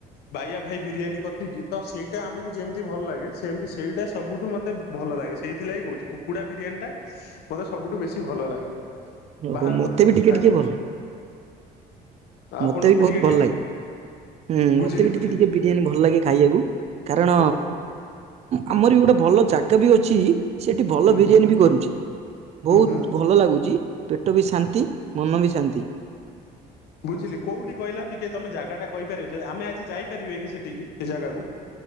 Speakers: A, on the left; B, on the right.
A: ବାୟା ଭାଇ ବିରିୟାନୀ କତିକି ତ ସେଇଟା ଆମକୁ ଯେମିତି ଭଲ ଲାଗେ ସେମତି ସେଇଟା ସବୁଠୁ ମତେ ଭଲ ଲାଗେ। ସେଇଥିଲାଗି କହୁଛି କୁକୁଡା ବିରିୟାନୀ ଟା ମତେ ସବୁଠୁ ବେଶୀ ଭଲ ଲାଗେ।
B: ଓହୋ
A: ବାହାର
B: ମତେ
A: କଥା
B: ବି
A: ଯଦି
B: ଟିକେ
A: ଖାଇବେ
B: ଟିକେ ଭଲ
A: ଆପଣଙ୍କୁ
B: ମତେ
A: ବି
B: ବହୁତ
A: ଟିକେ
B: ଭଲ ଲାଗେ ହୁଁ
A: ବୁଝିଲି
B: ମତେ ବି ଟିକେ
A: ବୁଝିଲି
B: ଟିକେ ବିରିୟାନୀ ଭଲ ଲାଗେ ଖାଇବାକୁ କାରଣ
A: ହଁ
B: ଆମର ବି ଗୋଟେ ଭଲ ଜାଗା ବି ଅଛି ସେଠି ଭଲ
A: ହୁଁ
B: ବିରିୟାନୀ
A: ହୁଁ
B: ବି କରୁଛି
A: ହୁଁ
B: ବହୁତ
A: ହୁଁ
B: ଭ ଭଲ ଲାଗୁଛି ପେଟ ବି ଶାନ୍ତି ମନ ବି ଶାନ୍ତି।
A: ବୁଝିଲି କୋଉଠି କହିଲ ଟିକେ ତମେ ଜାଗା ଟା କହିପାରିବ ଆମେ ଆଜି ଯାଇପାରିବା କି ସେଠିକି ସେ ଜାଗାକୁ।